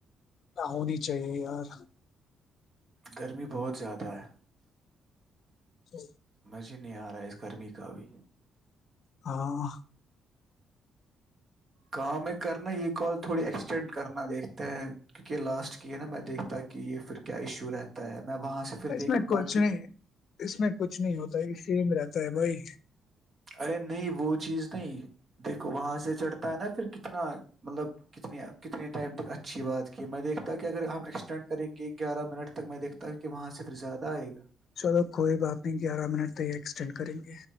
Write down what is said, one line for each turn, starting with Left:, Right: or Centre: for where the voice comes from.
Left: ہونی چاہیے یار
Right: گرمی بہت زیادہ ہے
Left: جی
Right: جی نہیں آ رہا ہے اس کرمی کا بھی
Left: ہاں
Right: کام ہے کرنا یہ کال تھوڑی ایکسٹینڈ کرنا دیکھتے ہیں کیونکہ لاسٹ کی ہے نا میں دیکھتا کہ یہ پھر کیا ایشو رہتا ہے میں وہاں سے پھر
Left: اس
Right: دیکھوں
Left: میں
Right: گا
Left: کچھ
Right: کہ
Left: نہیں اس میں کچھ نہیں ہوتا اس لیے میں رہتا ہے بھائی
Right: ارے نہیں وہ چیز نہیں دیکھو وہاں سے چڑھتا ہے نا پھر کتنا مطلب کتنے کتنے ٹائم تک اچھی بات کی میں دیکھتا کہ اگر ہم ایکسٹینڈ کریں گے گیارہ منٹ تک میں دیکھتا ہوں کہ وہاں سے پھر زیادہ آئے گا
Left: چلو کوئی بات نہیں گیارہ منٹ تو یہ ایکسٹینڈ کریں گے